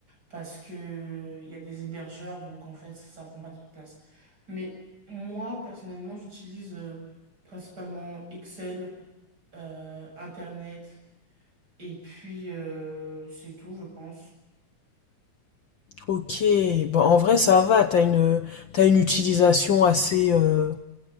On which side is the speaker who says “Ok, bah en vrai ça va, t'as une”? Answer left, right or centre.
Left